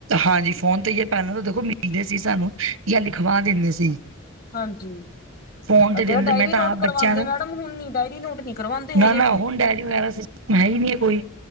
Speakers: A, on the right; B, on the left.
A: ਹਾਂਜੀ ਫੋਨ ਤੇ ਹੀ ਪਹਿਲਾਂ ਤਾਂ ਦੇਖੋ ਮਿਲਦੇ ਸੀ ਸਾਨੂੰ ਜਾਂ ਲਿਖਵਾ ਦਿੰਦੇ ਸੀ।
B: ਹਾਂਜੀ।
A: ਫੋਨ ਤੇ
B: ਅੱਗੇ
A: ਦਿੰਦੇ
B: ਡਾਇਰੀ
A: ਮੈਂ ਤਾਂ
B: ਨੋਟ
A: ਆਪ
B: ਕਰਵਾਂਦੇ
A: ਬੱਚਿਆਂ ਦਾ
B: ਮੈਡਮ, ਹੁਣ ਨੀ ਡਾਇਰੀ ਨੋਟ ਨੀ ਕਰਵਾਂਦੇ
A: ਨਾ
B: ਹੈਗੇ
A: ਨਾ
B: ਹੁਣ।
A: ਡਾਇਰੀ ਵਗੈਰਾ ਸਿਸਟਮ ਹੈ ਹੀ ਨਹੀਂ ਕੋਈ।